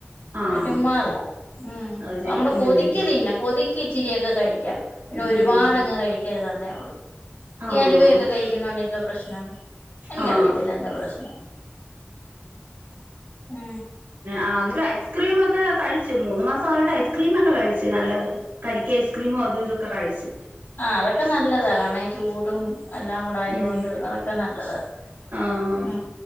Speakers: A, on the right; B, on the left.
A: ആഹ്
B: ചുമ്മാതെ ഉ
A: അത് ശരി
B: നമ്മടെ കൊതിക്ക
A: ഉം
B: തിന്നെ കൊതിക്ക ഇച്ചിരിൊക്കെ കഴിക്കാം പിന്നെ ഒരുപാട്
A: ഉം
B: അങ്ങ് കഴിക്കരുത് തന്നേ ഉള്ളു
A: ആഹ്
B: ഈ അലുവയൊക്കെ കഴിക്കുന്നോണ്ട് എന്തോ പ്രശ്നം എനിക്കറിയത്തില്ല
A: ആഹ്
B: എന്താ പ്രശ്ന ഉ
A: ആ അന്നേരം ഐസ്ക്രീം ഒക്കെ കഴിച്ച് മൂന്ന് മാസം ആയോണ്ട് ഐസ്ക്രീം ഒക്കെ കഴിച്ച് നല്ലപോലെ കരിക്കക്ക് ഐസ്ക്രീമോ അതും ഇതൊക്കെ കഴിച്ച്
B: ആഹ അതൊക്കെ നല്ലതാ കാരണം ഈ ചൂടും എല്ലാം കൂടെ ആയതുകൊണ്ട്
A: ഉം
B: അതൊക്കെ നല്ലത്
A: ആഹ്
B: ഉ